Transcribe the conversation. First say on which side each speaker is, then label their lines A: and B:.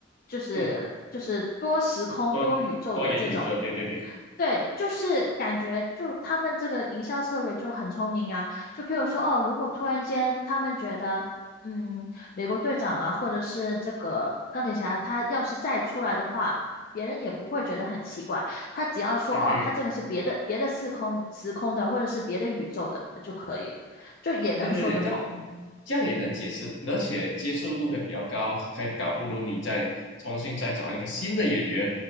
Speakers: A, on the left; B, on the left.
A: 就是就是多时空多宇宙的这种，
B: 嗯多多元宇宙，对对对
A: 对，就是感觉就他们这个营销策略就很聪明啊。就譬如说哦，如果突然间他们觉得，嗯，美国队长啊，或者是这个钢铁侠，他要是再出来的话。别人也不会觉得很奇怪，他只要说哦，
B: 对对
A: 他这个是别的别的四空时空的，或者是别的宇宙的就可以。就也能说得通。
B: 对对对，这样这样也能解释，而且接受度会比较高，还搞不如你再重新再找一个新的演员，